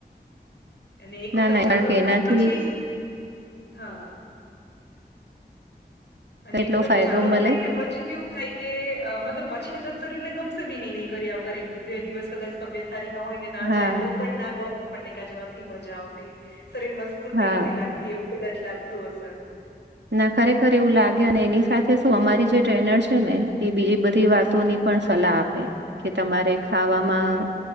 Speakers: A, on the left (about 80°); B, on the right (about 80°).
A: અને એક
B: ના
A: વખત
B: ના
A: ચાલુ
B: કારણ કે
A: થાય
B: એનાથી
A: પછી હા. અને
B: એટલો
A: એક વખત
B: ફાયદો
A: ચાલુ
B: મળે
A: થાય ને પછી. કેવું થાય કે મતલબ પછી કદાચ શરીર ને ગમસે બી ન નહીં કર્યા વગર. બે દિવસ કદાચ તબિયત સારી ના હોય ને ના
B: હા
A: જાય તો પણ ના ગઉ આપણને ક્યાં નથી મજા આવતી. શરીર માં સ્ફૂર્તિ
B: હા.
A: નથી લાગતી એવું કદાચ લાગતું હશે.
B: ના ખરેખર એવું લાગે અને એની સાથે શું અમારી જે ટ્રેનર છે ને એ બીજ બધ. બધ વાતોની પણ સલાહ આપે કે તમારે ખાવામાં.
A: હા